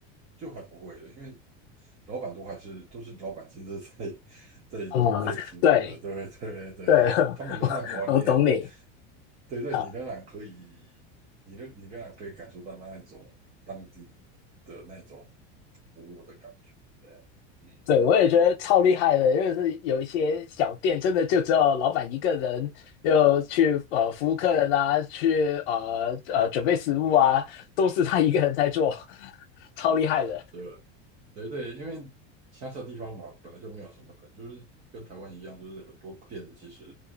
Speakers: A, on the right; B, on the left.
A: 就还不会了，因为老板都还是都是老板亲自在在在服务的，
B: 嗯，对
A: 对对对，
B: 对，<laughs>
A: 他们仍然保你你
B: 我我懂你
A: 对对，
B: 啊，
A: 你仍然可以，你仍你仍然可以感受到那一种当地的那种服务的感觉，对，嗯，
B: 对我也觉得超厉害的，因为是有一些小店真的就只有老板一个人，又去呃服务客人啊，去呃呃准备食物啊，都是他一个人在做，<laughs> 超厉害的，
A: 嗯对对对，因为乡下地方嘛，本来就没有什么人，就是跟台湾一样，就是很多店其实